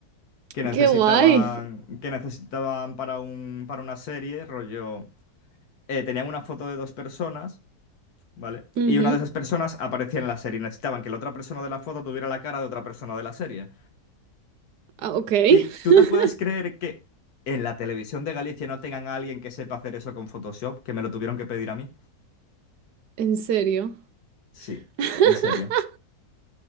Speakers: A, on the left (about 70°); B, on the right (about 80°).
A: que necesitaban,
B: Qué guay.
A: que necesitaban para un, para una serie, rollo, eh, tenían una foto de dos personas, ¿vale?
B: Ujú.
A: Y una de esas personas aparecía en la serie. Necesitaban que la otra persona de la foto tuviera la cara de otra persona de la serie.
B: Ah, ok, <laughs>
A: Y tú te puedes creer que en la televisión de Galicia no tengan a alguien que sepa hacer eso con Photoshop, que me lo tuvieron que pedir a mí.
B: en serio.
A: Sí,
B: <laughs>
A: en serio.